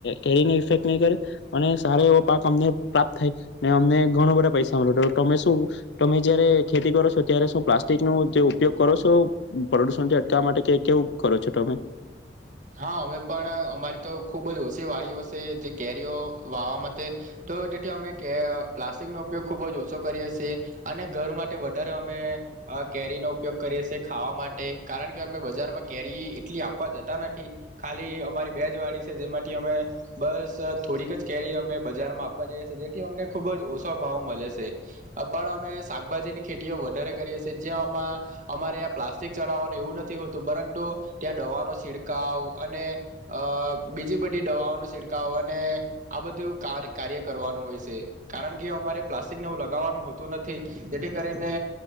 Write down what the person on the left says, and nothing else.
કેરીને ઇફેક નહી કરે અને સારા એવો પાક અમને પ્રાપ્ત થાય ને અમને ઘણો બધા પૈસા મળે તમે શું તમે જયારે ખેતી કરો છો ત્યારે શું પ્લાસ્ટિક ન જે ઉપયોગ કરો છો પ્રદુષણ થી અટકાવવા માટે કે કેવું કરો છો તમે